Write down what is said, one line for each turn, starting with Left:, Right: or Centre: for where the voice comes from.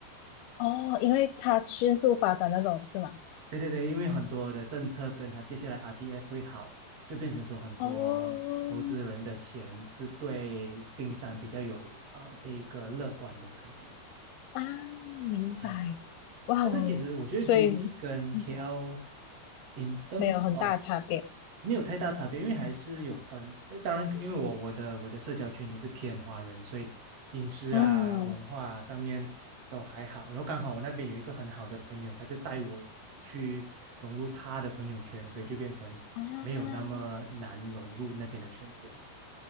Left: 哦，因为它迅速发展那种是吗？
Right: 对对对，因为很多的政策跟它接下来 RDS 会好，就变成说很多投资人的钱是对新山比较有呃这一个乐观的态度。
Left: 哦，啊，明白，
Right: 啊，
Left: 哇哦，
Right: 但是其实我觉得
Left: 所以
Right: JB 跟
Left: 嗯
Right: KL in terms
Left: 没有很大差别，
Right: of 没有太大差别，因为还是有很，呃当然，因为我我的我的社交圈也是偏华人，所以饮食啊、
Left: 嗯
Right: 文化啊上面都还好。然后刚好我那边有一个很好的朋友，他就带我去融入他的朋友圈，所以就变成没有那么难融入那边的圈子了。
Left: 啊，